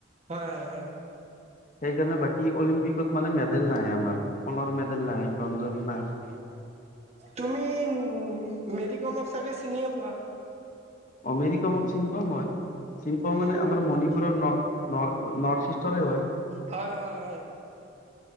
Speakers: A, on the right; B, on the left.
A: হয়, হয়, হয়।
B: <inaudible> সেইকাৰণে বাকী অলিম্পিকত মানে মেডেল নাই আমাৰ সোণৰ মেডেল নাই ব্ৰঞ্জৰ নাই।
A: তুমি মেৰিকমক চাগে চিনিয়ে পোৱা।
B: অ', মেৰিকোমক চিনি পাওঁ মই চিনি পাওঁ
A: উম
B: মানে আমাৰ মণিপুৰৰ ন ন নৰ্থ ইষ্টৰে হয়।
A: হয়, হয়, হয়।